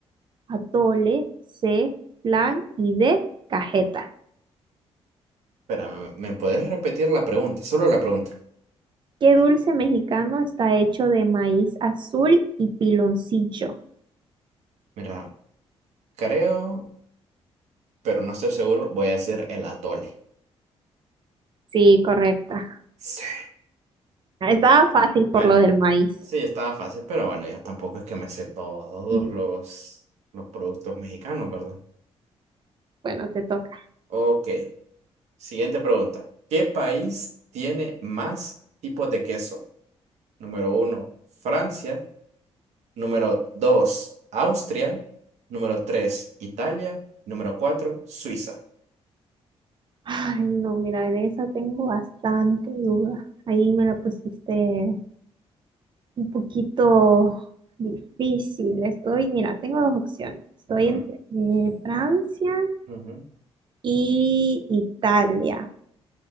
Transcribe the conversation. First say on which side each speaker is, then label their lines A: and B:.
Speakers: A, on the right (about 45°); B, on the right (about 85°).
A: atole, C, flan y D, cajeta.
B: Espérame, ¿me me puedes repetir la pregunta? Solo la pregunta.
A: ¿Qué dulce mexicano está hecho de maíz azul y piloncillo?
B: Mira, creo, pero no estoy seguro, voy a decir el atole.
A: Sí, correcta.
B: Sí.
A: Estaba fácil por
B: Bueno,
A: lo del maíz.
B: sí, estaba fácil, pero bueno, ya tampoco es que me sé todos
A: <laughs>
B: los, los productos mexicanos, ¿verdad?
A: Bueno, te toca.
B: Ok, siguiente pregunta. ¿Qué país tiene más tipos de queso? Número uno, Francia. Número dos, Austria. Número tres, Italia. Número cuatro, Suiza.
A: Ay, no, mira, en esa tengo bastante duda. Ahí me la pusiste un poquito difícil. Estoy, mira, tengo dos opciones. Estoy
B: Ujú,
A: entre eh, Francia
B: ujú,
A: y Italia,